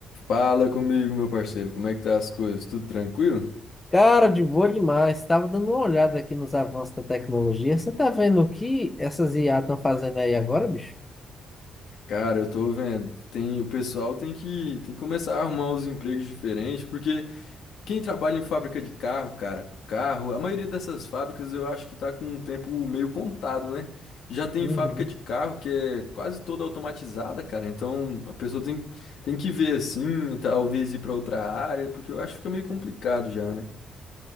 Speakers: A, on the left; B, on the left.
A: Fala comigo, meu parceiro, como é que tá as coisas? Tudo tranquilo?
B: Cara, de boa demais. Estava dando uma olhada aqui nos avanços da tecnologia. Você tá vendo o que essas IA estão fazendo aí agora, bicho?
A: Cara, eu tô vendo, tem, o pessoal tem que, tem que começar a arrumar os empregos diferentes, porque quem trabalha em fábrica de carro, cara, carro, a maioria dessas fábricas eu acho que tá com um tempo meio contado, né? Já tem
B: Uhum.
A: fábrica de carro que é quase toda automatizada, cara, então a pessoa tem, tem que ver assim, talvez ir pra outra área, porque eu acho que fica meio complicado já, né?